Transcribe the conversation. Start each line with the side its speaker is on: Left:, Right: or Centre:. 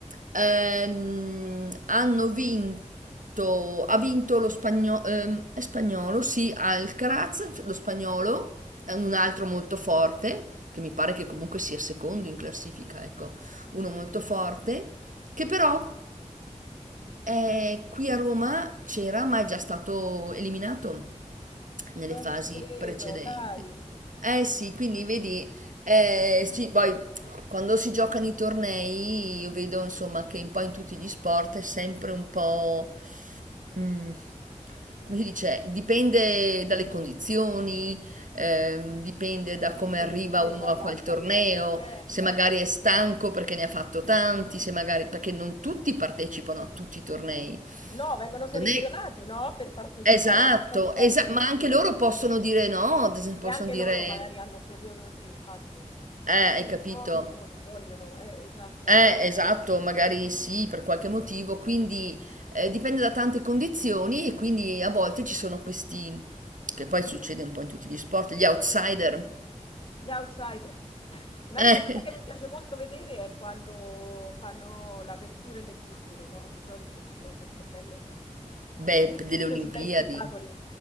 Right: ehm, hanno vinto ha vinto lo spagnolo ehm, è spagnolo sì Alcaraz lo spagnolo è un altro molto forte che mi pare che comunque sia secondo in classifica ecco uno molto forte che però eh, qui a Roma c'era, ma è già stato eliminato nelle
Left: Non
Right: fasi
Left: ci credo,
Right: precedenti.
Left: dai.
Right: Eh sì, quindi vedi, eh, sì, poi quando si giocano i tornei, io vedo insomma che un po' in tutti gli sport è sempre un po' Mhmm, come si dice, dipende dalle condizioni, ehm, dipende da come
Left: Sì,
Right: arriva
Left: varie
Right: uno
Left: variabili.
Right: a quel torneo,
Left: Eh,
Right: se magari è stanco perché ne ha fatto tanti, se magari perché non tutti partecipano a tutti i tornei.
Left: no, vengono selezionati,
Right: Non è
Left: no? Per partecipare,
Right: Esatto,
Left: non sempre.
Right: esa ma anche loro possono dire no, ad esempio
Left: E anche
Right: possono dire
Left: loro magari hanno un periodo, sì, infatti,
Right: eh, hai
Left: di
Right: capito?
Left: riposo o non vogliono, eh, esatto.
Right: Eh, esatto, magari sì, per qualche motivo, quindi eh, dipende da tante condizioni e quindi a volte ci sono questi, che poi succede un po' in tutti gli sport, gli outsider.
Left: Gli outsider. <laughs> Un'altra
Right: Eh,
Left: cosa che mi piace molto vedere è quando fanno l'apertura e le chiusure, no? Di solito ci sono queste belle,
Right: Beh, delle Olimpiadi.
Left: questi bei spettacoli.